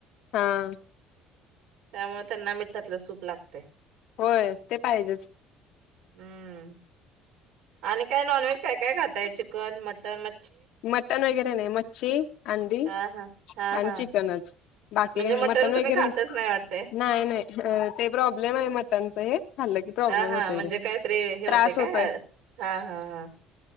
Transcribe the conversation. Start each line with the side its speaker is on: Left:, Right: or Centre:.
Left: हां.
Right: त्यामुळे त्यांना मिठातलं सूप लागते.
Left: होय ते पाहिजेच.
Right: हम्म. आणि काय नॉनव्हेज काय काय खात काय चिकन, मटन, म
Left: मटन वगैरे नाही. म ची अंडी
Right: हा हा हा
Left: आणि
Right: हा
Left: चिकनच. बाकी
Right: म्हणजे
Left: काय
Right: मटण
Left: मटन
Right: तुम्ही
Left: वगैरे?
Right: खातच नाही वाटतंय.
Left: नाही- नाही ते प्रॉब्लेम आहे मटनच हे खाल्लं की प्रॉब्लेम
Right: हा हा
Left: होतोय
Right: म्हणजे काहीतरी हे
Left: त्रास
Right: होते काय
Left: होतोय
Right: हा हा हा.